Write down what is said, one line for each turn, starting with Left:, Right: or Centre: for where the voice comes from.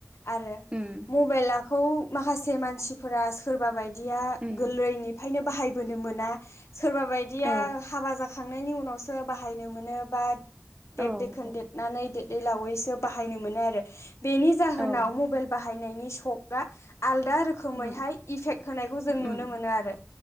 Left: आरो
Right: उम
Left: मबाइलाखौ माखासे मानसिफोरा सोरबा बायदिया
Right: उम
Left: गोरलैनि फायनो बाहायबोनो मोना सोरबा बायदिया
Right: औ
Left: हाबा जाखां थांनायनि उनावसो बाहायनो मोनो बा देर
Right: औ
Left: दैैखोन
Right: औ
Left: देरनानै देरदै लावैसो <unintelligible> बायनो मोनो आरो बेनि जाहोनाव
Right: औ
Left: मबाइ बाहायनायनि सक आ आलादा रो खोमैहाय
Right: उम
Left: इफेक्ट होनायखौ जों नुनो
Right: उम
Left: मोनो आरो।